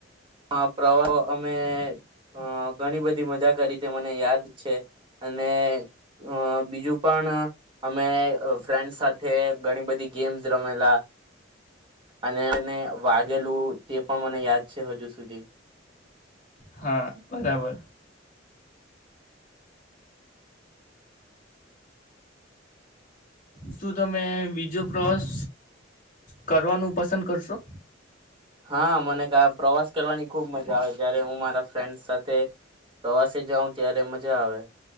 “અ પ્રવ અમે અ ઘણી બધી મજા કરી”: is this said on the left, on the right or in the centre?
Right